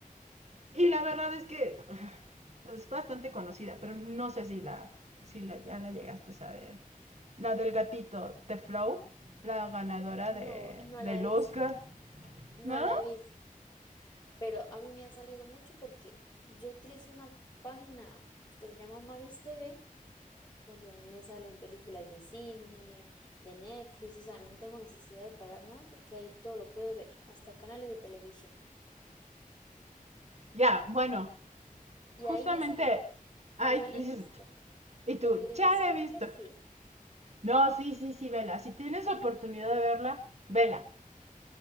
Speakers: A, on the right; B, on the left.
A: y la verdad es que ah, es bastante conocida, pero no sé si la, si la, ya la llegaste a ver. la del gatito, The Flow, la ganadora
B: No,
A: de,
B: no
A: del
B: la he visto,
A: Oscar,
B: no
A: ¿no?
B: la he visto, pero a mí me ha salido mucho porque yo utilizo una página que se llama Magis TV, donde a mí me salen películas de cine, de Netflix, o sea, no tengo necesidad de pagar nada porque ahí todo lo puedo ver, hasta canales de televisión.
A: Ya, bueno,
B: Y
A: justamente,
B: ahí me sale,
A: ay,
B: y yo la
A: <laughs> dices,
B: he visto,
A: y tú,
B: pero yo digo,
A: ya
B: ¿será
A: la he visto.
B: que sí?
A: No, sí, sí, sí, vela. Si tienes oportunidad de verla, vela,